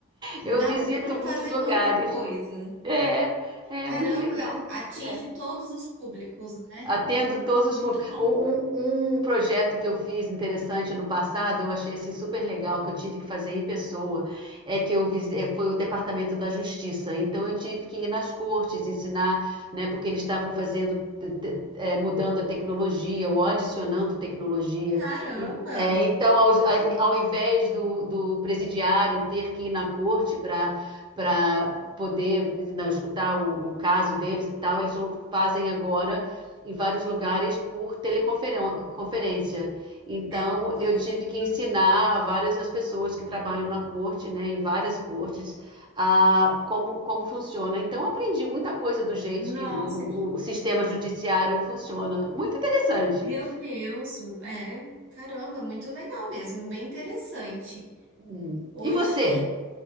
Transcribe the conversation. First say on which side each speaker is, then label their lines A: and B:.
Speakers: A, on the right; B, on the right.
A: Eu
B: dá
A: visito
B: para
A: muitos
B: fazer
A: lugares.
B: muita coisa.
A: É, é
B: Caramba,
A: muito legal.
B: atinge
A: É.
B: todos os públicos, né?
A: Atendo
B: Hum,
A: todos os
B: Muito
A: públicos.
B: bom.
A: Um, um- um projeto que eu fiz interessante ano passado, eu achei assim, super legal, que eu tive que fazer em pessoa, é que eu visi- eh, foi o Departamento da Justiça. Então eu tive que ir nas cortes ensinar, né, porque eles estavam fazendo, de- de- eh, mudando a tecnologia ou adicionando tecnologia.
B: Caramba.
A: E, eh, então, aos- a- em- ao, invés do, do presidiário ter que ir na corte para para poder não, escutar o, o caso deles e tal, eles vão, fazem agora em vários lugares por teleconferência. Então,
B: Teleconferência.
A: eu tive que ensinar
B: Hum.
A: a várias as pessoas que trabalham na corte, né, em várias cortes, a, como, como funciona. Então, aprendi muita coisa do jeito
B: Nossa,
A: que o, o,
B: que...
A: o sistema judiciário funciona. Muito interessante.
B: meu Deus, é, caramba, muito legal mesmo, bem interessante.
A: Hum.
B: Hoje,
A: E você?